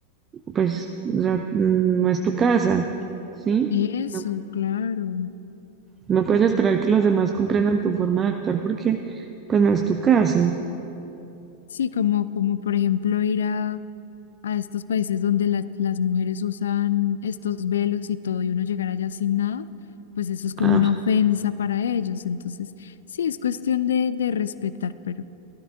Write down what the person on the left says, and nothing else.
Eso,
claro.
Sí, como, como por ejemplo ir a, a estos países donde las las mujeres usan estos velos y todo, y uno llegar allá sin nada, pues eso es como
una ofensa para ellos. Entonces, sí, es cuestión de, de respetar, pero,